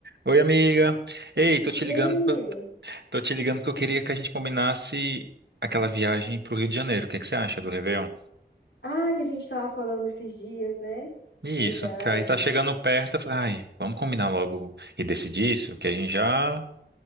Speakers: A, on the right (about 70°); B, on the left (about 80°).
A: Oi, amiga. Ei, tô te
B: E
A: ligando,
B: aí, amigo?
A: pro- tô te ligando porque eu queria que a gente combinasse aquela viagem pro Rio de Janeiro. O que é que você acha do Réveillon?
B: Ah, que a gente tava falando esses dias, né?
A: Isso,
B: Verdade.
A: que aí tá chegando perto, eu falei, ai, vamos combinar logo e decidir isso, que a gente já